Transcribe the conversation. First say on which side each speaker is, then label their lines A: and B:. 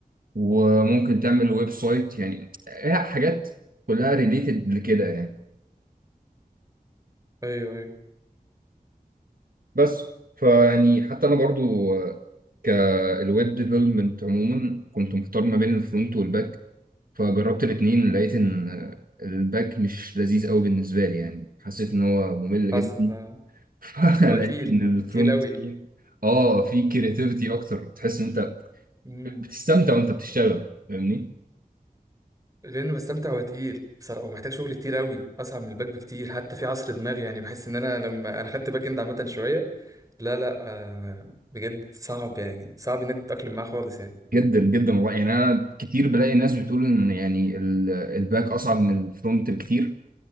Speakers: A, on the right; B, on the right.
A: وممكن تعمل ويب سايت يعني هي حاجات كلها ريليتد لكده يعني
B: ايوه ايوه
A: بس فيعني حتى انا برضو كالويب ديفلوبمنت عموما كنت محتار ما بين الفرونت والباك فجربت الاتنين لقيت ان الباك مش لذيذ قوي بالنسبه لي يعني حسيت ان هو ممل
B: حصل
A: جدا
B: آه.
A: <laughs> فلقيت
B: هو تقيل
A: ان الفرونت
B: تقيل قوي
A: تيم اه في كرياتيفيتي اكتر تحس ان انت
B: مم.
A: بتستمتع وانت بتشتغل فاهمني
B: غير انه بستمتع هو تقيل بصراحه ومحتاج شغل كتير قوي اصعب من الباك بكتير حتى في عصر دماغي يعني بحس ان انا لما انا خدت باك اند عامه شويه لا لا آه بجد صعب يعني صعب انك تتاقلم معاه خالص يعني
A: جدا جدا والله يعني انا كتير بلاقي ناس بتقول ان يعني ال- الباك اصعب من الفرونت بكتير